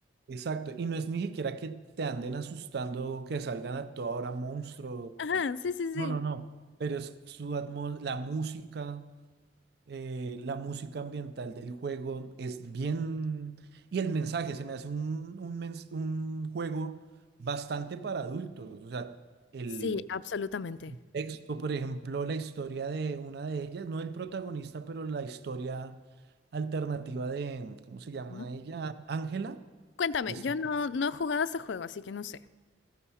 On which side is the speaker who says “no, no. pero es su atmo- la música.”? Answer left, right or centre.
Right